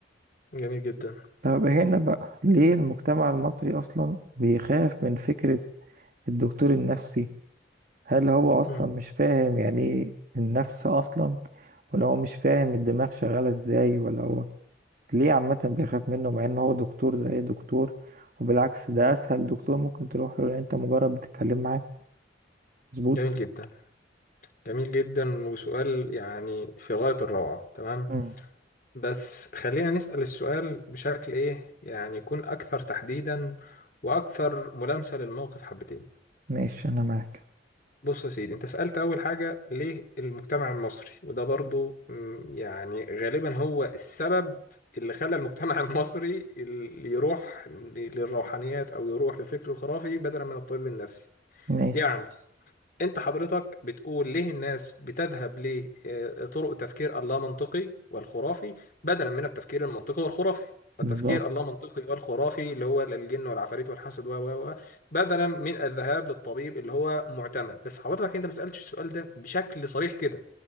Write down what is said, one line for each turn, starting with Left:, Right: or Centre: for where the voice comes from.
Left: جميل جدا
Right: طب هنا بقى ليه المجتمع المصري أصلا بيخاف من فكرة الدكتور النفسي هل هو اصلا
Left: مم.
Right: مش فاهم يعني ايه النفس اصلا ولا هو مش فاهم الدماغ شغالة ازاي ولا هو ليه عامة بيخاف منه مع ان هو دكتور زي أي دكتور وبالعكس ده اسهل دكتور ممكن تروح له لان انت مجرد بتتكلم معاه مظبوط
Left: جميل جدا جميل جدا وسؤال يعني في غاية الروعة تمام
Right: مم.
Left: بس خلينا نسأل السؤال بشكل ايه يعني يكون اكثر تحديدا واكثر ملامسة للموقف حبتين
Right: ماشي انا معاك
Left: بص يا سيدي انت سألت اول حاجة ليه المجتمع المصري وده برضو مم، يعني غالبا هو السبب اللي خلى المجتمع <laughs> المصري اللي يروح للروحانيات او يروح للفكر الخرافي بدلا من الطب النفسي
Right: ماشي
Left: يعني انت حضرتك بتقول ليه الناس بتذهب لطرق تفكير اللا منطقي والخرافي بدلا من التفكير المنطقي والخرافي
Right: بالظبط
Left: التفكير اللا منطقي والخرافي اللي هو الجن والعفاريت والحسد و و و بدلا من الذهاب للطبيب اللي هو معتمد بس حضرتك انت ما سألتش السؤال ده بشكل صريح كده